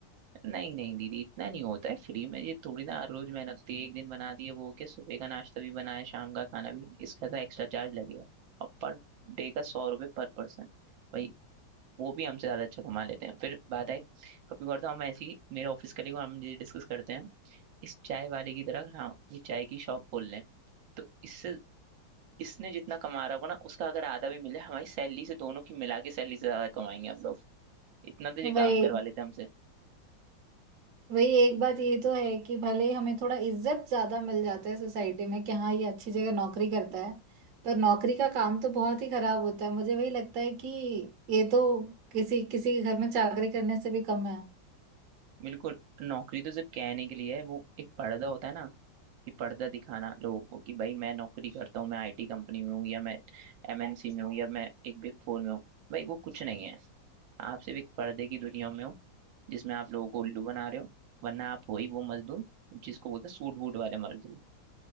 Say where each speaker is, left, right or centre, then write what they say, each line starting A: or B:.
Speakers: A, on the right; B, on the right.
A: नहीं नहीं दीदी इतना नहीं होता है फ्री में ये थोड़ी ना हर रोज मेहनत होती है एक दिन बना दिए वो क्या सुबह का नाश्ता भी बनाए शाम का खाना भी इसका तो एक्स्ट्रा चार्ज लगेगा और पर डे का सौ रुपये पर पर्सन भाई वो भी हमसे ज्यादा अच्छा कमा लेते हैं फिर बात आई कभी कभार तो हम ऐसे ही मेरे ऑफिस कलीग और हम ये डिस्कस करते हैं इस चाय वाले की तरह हाँ ये चाय की शॉप खोल लें तो इससे इसने जितना कमा रहा होगा ना उसका अगर आधा भी मिले हमारी सैलरी से दोनों की मिला के सैलरी से ज्यादा कमाएंगे हम लोग इतना तो ये
B: वही
A: काम करवा लेते हैं
B: वही एक बात ये तो है कि भले ही हमें थोड़ा इज्जत ज्यादा मिल जाता है सोसाइटी में कि हाँ ये अच्छी जगह नौकरी करता है पर नौकरी का काम तो बहुत ही खराब होता है मुझे वही लगता है कि ये तो किसी किसी के घर में चाकरी करने से भी कम है
A: बिल्कुल नौकरी तो सिर्फ कहने के लिए है वो एक पर्दा होता है ना कि पर्दा दिखाना लोगों को कि भाई मैं नौकरी करता हूँ मैं आईटी कंपनी में हूँ या मैं एमएनसी में हूँ या मैं एक बिग फोर में हूँ भाई वो कुछ नहीं है आप सिर्फ एक पर्दे की दुनिया में हो जिसमें आप लोगों को उल्लू बना रहे हो वरना आप वही वो मजदूर जिसको बोलते हैं सूट बूट वाले मजदूर